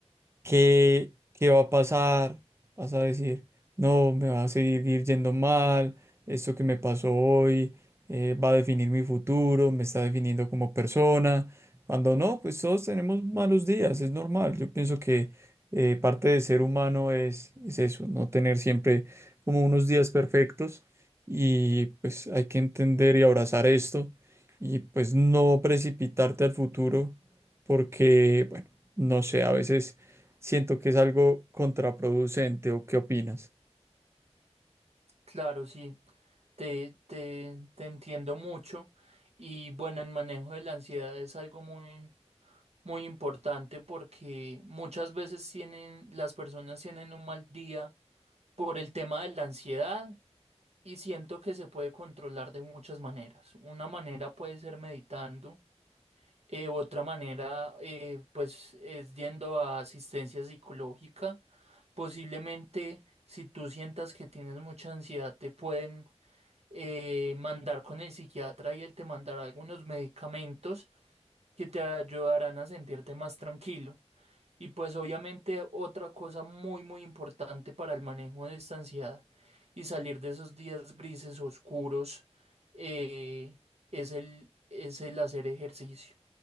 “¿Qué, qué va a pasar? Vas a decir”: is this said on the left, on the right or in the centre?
Right